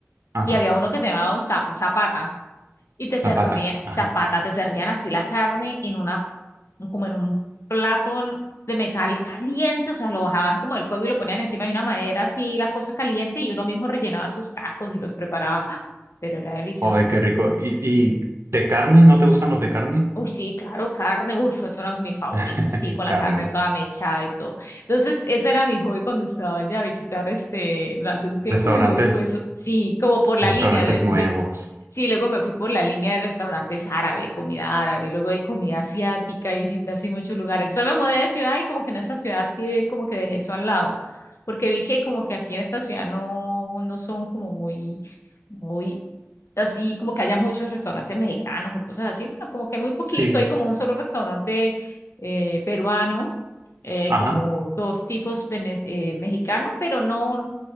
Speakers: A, on the right; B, on the left.
A: Ajá,
B: y había uno que se llamaba un zap- Zapata y te
A: zapata.
B: servía,
A: Ajá.
B: Zapata, te servían así la carne en una, como en un plato de metal caliente, o sea, lo bajaban como del fuego y lo ponían encima de una madera así, la cosa caliente y uno mismo rellenaba sus tacos y los preparaba, ¡Ah! pero era delicioso.
A: Ay, qué rico. ¿Y,
B: Sí,
A: y de carne? ¿No te gustan los de carne?
B: Uy, sí, claro, carne, uf, eso eran mis favoritos,
A: <laughs>
B: sí, con la
A: Carne.
B: carne toda mechada y todo. Entonces, ese era mi hobby cuando estaba allá a visitar, este, durante un tiempo
A: Restaurantes,
B: mi hobby fue eso, sí, como por la
A: restaurantes
B: línea de,
A: nuevos.
B: de- sí, luego me fui por la línea de restaurantes árabe, comida árabe, luego de comida asiática y visité así muchos lugares. Después me mudé de ciudad y como que en esa ciudad así de, como que dejé eso al lado, porque vi que como que aquí en esta ciudad no, no son como muy... Muy, así como que haya muchos restaurantes mexicanos o cosas así, sino como que muy poquito,
A: Sí.
B: hay como un solo restaurante eh, peruano, eh, hay
A: Ajá.
B: como dos tipos venez- eh, mexicanos, pero no,